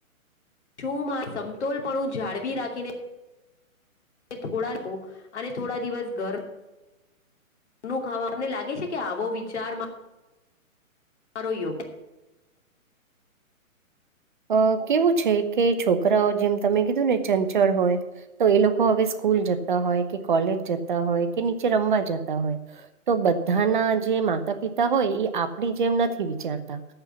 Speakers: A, on the left; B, on the right.
A: શું મા સમતોલપણું જાળવી રાખીને. થોડા અને થોડા દિવસ ગરમ. નુ ખાવામને લાગે છે કે આવો વિચાર. મારો યોગ્ય
B: અ કેવું છે કે છોકરાઓ જેમ તમે કીધું ને ચંચળ હોય. તો એ લોકો હવે સ્કૂલ જતા હોય કે કોલેજ જતા હોય કે નીચે રમવા જતા હોય. તો બધાના જે માતા પિતા હોય એ આપણી જેમ નથી વિચારતા.